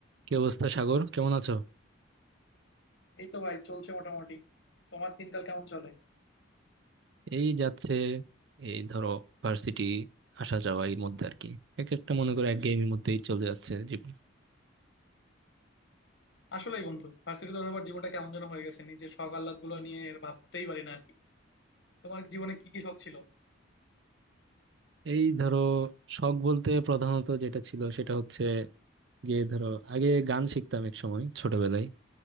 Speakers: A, on the right; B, on the left.
A: কি অবস্থা সাগর কেমন আছো
B: এই তো ভাই চলছে মোটামুটি তোমার দিনকাল কেমন চলে
A: এই যাচ্ছে এই ধরো ভার্সিটি আসা যাওয়া এর মধ্যে আর কি এক একটা মনে করো এক গেমের মধ্যেই চলে যাচ্ছে জীবন
B: আসলেই বন্ধু ভার্সিটি তো আবার জীবনটা কেমন যেন হয়ে গেছে নিজের শখ আহ্লাদ গুলো নিয়ে আর ভাবতেই পারি না আর কি তোমার জীবনে কি কি শখ ছিল
A: এই ধরো শখ বলতে প্রধানত যেটা ছিল সেটা হচ্ছে গিয়ে ধরো আগে গান শিখতাম এক সময় ছোটবেলায়